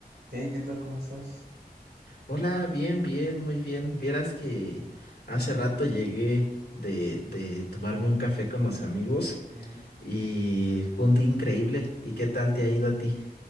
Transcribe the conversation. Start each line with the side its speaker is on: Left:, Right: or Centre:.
Right: Hey, ¿qué tal? ¿Cómo estás?
Left: Hola, bien, bien, muy bien. Vieras que hace rato llegué de, de tomarme un café con los amigos
Right: Mm,
Left: y fue un día increíble. ¿Y qué tal te ha ido a ti?